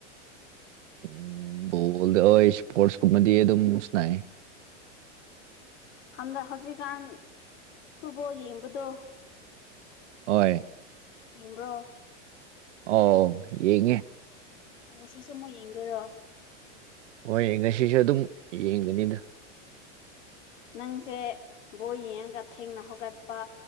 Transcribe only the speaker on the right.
ꯎ ꯎꯝ ꯕꯣꯜꯗ ꯍꯣꯏ ꯏꯁꯄꯣꯔꯠꯁꯀꯨꯝꯕꯗꯤ ꯑꯗꯨꯝ ꯁꯅ
ꯍꯣꯏ
ꯑꯣ ꯌꯦꯉꯦ
ꯍꯣꯏ ꯉꯁꯤꯁꯨ ꯑꯗꯨꯝ ꯌꯦꯡꯒꯅꯤꯗ